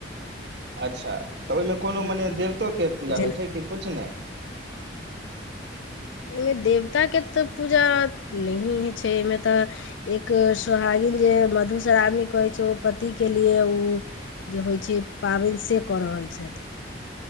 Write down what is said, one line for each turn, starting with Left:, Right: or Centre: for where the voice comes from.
Right: अच्छा तऽ ओहिमे
Left: हँ
Right: कोनो मने देवतो के पूजा
Left: झ-
Right: होइ छै कि कछु नहि
Left: एहिमे देवताके तऽ पूजा नहि होइ छै एहिमे तऽ एक सोहागिन जे मधुश्रावणी कहै छै अओ पति के लिए उ जे होइ छै पाबनि से कऽ रहल छथिन